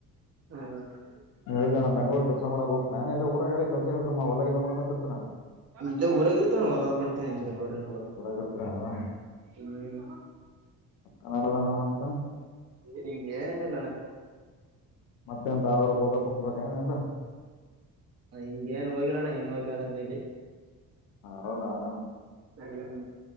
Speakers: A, on the right (about 45°); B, on the left (about 80°).
A: ಹ
B: ನೀ ಎಲ್ಲಣ ಬೆಂಗಳೂರ್ರು ಕೆಲ್ಸ ಮಾಡಕ್ ಹೋಗ್ತ ನಾನ ಎಲ್ಲ ಊರಾಗ ಕೆಲ್ಸ ಕೆಲ್ಸ ಒಳಗಗೆಲ್ಲ ಮಾಡ್ಕಂತ ಹ
A: ಇಲ್ಲೇ ಊರಾಗ ಇರ್ತವ ಹೊಲ ಮಾಡ್ತೇನೆ ಇ ಬೆಂಗಳೂರಿನ ಹೊಲ
B: ಊರಗರ್ತ ಅವಣ
A: ಹ್ಮ್
B: ಮನಾಡದಣ್ಣ ಮತ್ತ
A: ನಿಂಗಗೆ ಏನಿಲ್ಲಣ
B: ಮತ್ತೆ ಅಂತ ಆಾರ್ೋಡಕ್ ಹಓದಕ್ ಹೋಗ್ಬೇಕ ಏನ ಎಲ್ಲ
A: ಹಿಂಗೇಏನ್ ಹೋಗಿಲ್ಲಣ್ಣ ಹೆಂಗವರ್ಗ ಅದಾರ್ನ ಇಲ್ಲಿ
B: ಹದಾನ
A: ಹ್ಮ್